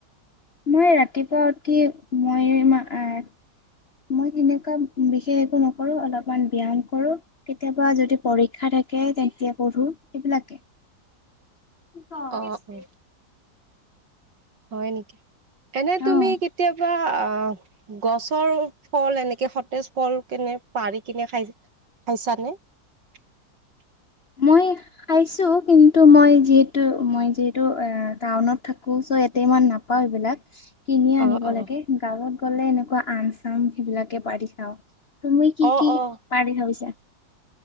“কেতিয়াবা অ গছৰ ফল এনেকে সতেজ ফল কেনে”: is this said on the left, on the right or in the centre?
Right